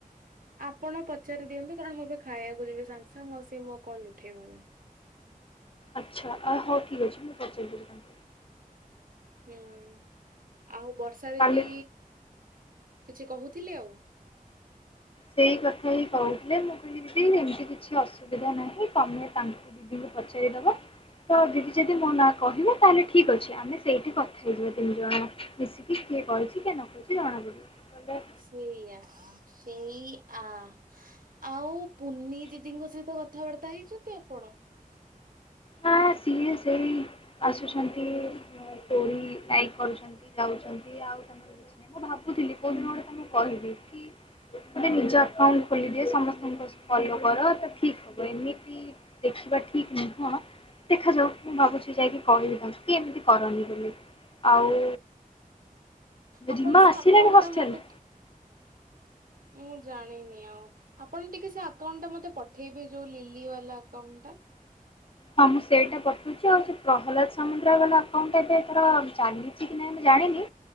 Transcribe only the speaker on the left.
ଆଚ୍ଛା ଆ ହଉ ଠିକ୍ ଅଛି ମୁଁ ପଛରେ କୋଉଦିନ
କାଲି
ସେଇ କଥା ହିଁ କହୁଥିଲେ ମୁଁ କହିଲି ଦିଦି ଏମିତି କିଛି ଅସୁବିଧା ନାହିଁ ତମେ ତା ଦିଦିଙ୍କୁ ପଚାରିଦବା। ତ ଦିଦି ଯଦି ମୋ ନା କହିବେ ତାହେଲେ ଠିକ୍ ଅଛି ଆମେ ସେଇଠି କଥା ହେଇଯିବା ତିନି ଜଣ। ମିଶିକି କିଏ କହିଛି କିଏ ନ କହିଛି ଜଣା ପଡିବ ଗଲେ।
ନା ସିଏ ସେଇ ଆସୁଛନ୍ତି। ଥୋଡି ଲାଇକ କରୁଛନ୍ତି ଯାଉଛନ୍ତି ଆଉ ତାଙ୍କର କିଛି ନାହିଁ ମୁଁ ଭାବୁଥିଲି କୋଉ ଦିନ ଗୋଟେ ତମକୁ କହିବି କି ଗୋଟେ ନିଜ ଆକାଉଣ୍ଟ ଖୋଲିଦିଏ ସମସ୍ତଙ୍କ ଫଲୋ କର ତ ଠିକ ହବ ଏମିତି। ଦେଖିବା ଠିକ ନୁହଁ ଦେଖାଯାଉ ମୁଁ ଭାବୁଛି ଯାଇକି କହିବି ତାଙ୍କୁ ଏମିତି କରନି ବୋଲି ଆଉ
ରିମା
ଆସିଲାଣି
ହଷ୍ଟେଲ?
ହଁ ମୁଁ ସେଇଟା ପଠଉଛି ଆଉ ସେ ପ୍ରହ୍ଲାଦ ସାମନ୍ତରା ବାଲା ଆକାଉଣ୍ଟ ଟା ଏଵେ ଏଥର ଚାଲି ଛି କି ନାଇଁ ମୁଁ ଜାଣିନି